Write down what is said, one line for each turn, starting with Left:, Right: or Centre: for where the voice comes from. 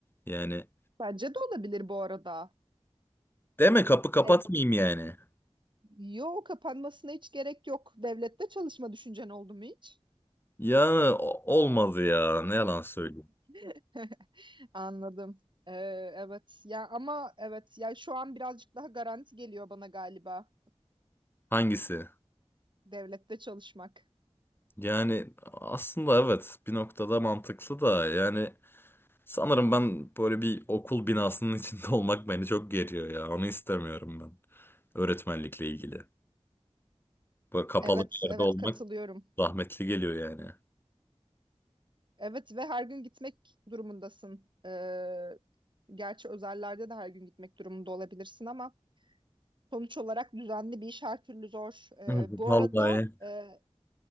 Left: Yani
Right: Bence de olabilir bu arada.
Left: deme kapı kapatmayayım
Right: Dev
Left: yani.
Right: Yo kapanmasına hiç gerek yok. Devlette çalışma düşüncen oldu mu hiç?
Left: Ya o- olmadı ya ne yalan söyleyeyim.
Right: <laughs> Anladım. Ee, evet. Ya ama evet. Ya şu an birazcık daha garanti geliyor bana galiba
Left: Hangisi?
Right: devlette çalışmak.
Left: Yani aslında evet bir noktada mantıklı da yani Sanırım ben böyle bir okul binasının içinde <laughs> olmak beni çok geriyor ya. Onu istemiyorum ben. Öğretmenlikle ilgili. Böyle kapalı
Right: Evet,
Left: bir yerde
Right: evet
Left: olmak
Right: katılıyorum.
Left: zahmetli geliyor yani.
Right: Evet ve her gün gitmek durumundasın. Ee, gerçi özellerde de her gün gitmek durumunda olabilirsin ama sonuç olarak düzenli bir iş her türlü zor. Ee,
Left: Evet.
Right: bu
Left: Vallahi.
Right: arada e,